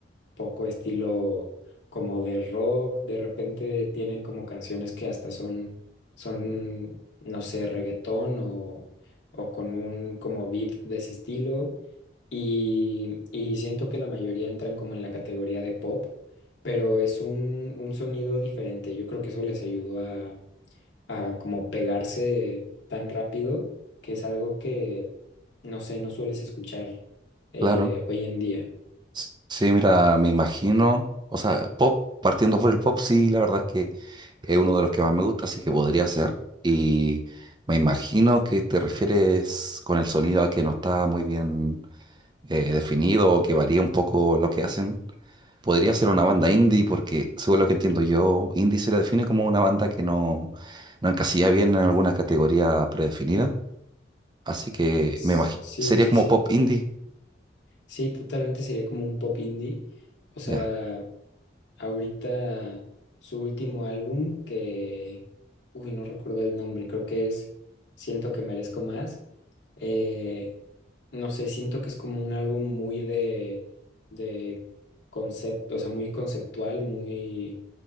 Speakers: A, on the left; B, on the right.
A: poco estilo como de rock, de repente tienen como canciones que hasta son, son, no sé, reggaetón o, o con un como beat de ese estilo. Y, y siento que la mayoría entran como en la categoría de pop, pero es un, un sonido diferente. Yo creo que eso les ayudó a, a como pegarse tan rápido, que es algo que, no sé, no sueles escuchar eh,
B: Claro.
A: hoy en día.
B: S- Sí, mira, me imagino, o sea, pop, partiendo por el pop, sí, la verdad es que es uno de los que más me gusta, así que podría ser. Y me imagino que te refieres con el sonido a que no está muy bien eh, definido o que varía un poco lo que hacen. Podría ser una banda indie, porque según lo que entiendo yo, indie se la define como una banda que no, no encasilla bien en alguna categoría predefinida. Así que
A: S-
B: me imagino,
A: Sí,
B: sería
A: sí,
B: como
A: sí.
B: pop indie.
A: Sí, totalmente sería como un pop indie. O sea,
B: Ya.
A: ahorita su último álbum que, uy, no recuerdo el nombre, creo que es Siento que merezco más. Eh, no sé, siento que es como un álbum muy de, de concepto, o sea, muy conceptual, muy,